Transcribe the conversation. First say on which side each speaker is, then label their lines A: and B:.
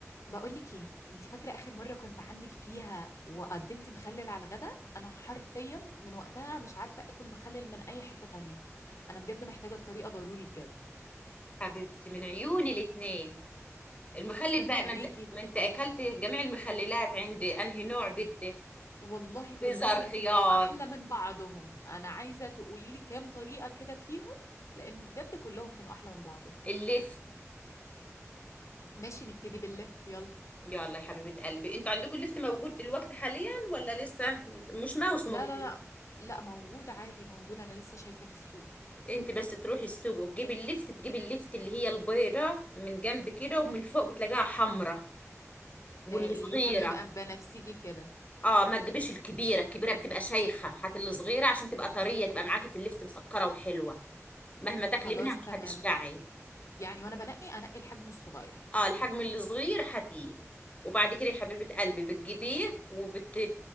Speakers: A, on the left; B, on the left.
A: بقولك ايه انت فاكره اخر مره كنت عندك فيها وقدمت مخلل على الغداء انا حرفيا من وقتها مش عارفه اكل مخلل من اي حته تانية انا بجد محتاجه الطريقه ضروري بجد
B: حبيبتي من عيوني الاتنين المخلل
A: تسلم
B: بقى
A: لي عينيكي
B: ما انت ما انت اكلت جميع المخللات عندي انهي نوع بدك
A: والله كلهم
B: بزر خيار
A: كانوا احلى من بعضهم انا عايزه تقولي لي كام طريقه كده فيهم لان بجد كلهم كانوا احلى من بعضهم
B: اللفت
A: ماشي نبتدي بالليفت يلا
B: يلا يا حبيبة قلبي انتوا عندكم اللفت موجود دلوقتي حاليا ولا لسه مش موسمه
A: لا
B: بتهيألي.
A: لا لا لا موجود عادي موجود انا لسه شايفاه في السوق
B: انت بس تروحي السوق وتجيبي اللفت تجيبي اللفت اللي هي البيضة من جنب كده ومن فوق بتلاقيها حمرة واللي
A: آه، لونها
B: صغيرة
A: بيبقى بنفسجي كده
B: اه ما تجيبيش الكبيرة الكبيرة بتبقى شيخة هات اللي صغيرة عشان تبقى طرية تبقى معاكي في اللفت مسكرة وحلوة مهما تاكلي
A: خلاص
B: منها مش
A: تمام
B: هتشبعي
A: يعني وانا بنقي انقي الحجم الصغير
B: اه الحجم الصغير هاتيه وبعد كده يا حبيبة قلبي بتجيبيه وبت